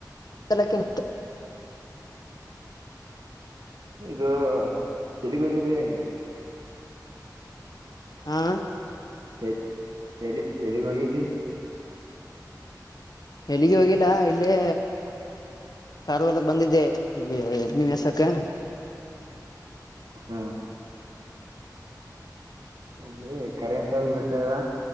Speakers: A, on the left; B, on the right.
A: ಅಲ್ಲಕ್ಕೆನ ಇಟ್ಟ.
B: ಇದು ಎಲಿಗ್ ಹೋಗಿದೀ ಆಗೇ.
A: ಹಾ
B: ಎ ಎಲ್ಲಿ ಎಲ್ಲಿಗ್ ಹೋಗಿದ್ದಿ.
A: ಎಲ್ಲಿಗಿ ಹೋಗಿಲ್ಲ ಇಲ್ಲೇ ಕಾರ ಹೊಲಕ್ ಬಂದಿದ್ದೆ ಇಲ್ಲಿ ಎಮ್ಮಿ ಮೇಸಕ್ಕೆ.
B: ಹಾ ಇಲ್ಲಿ ಕರೆಂಟ್ ಹೋಗ್ಬಿಟ್ಟದ.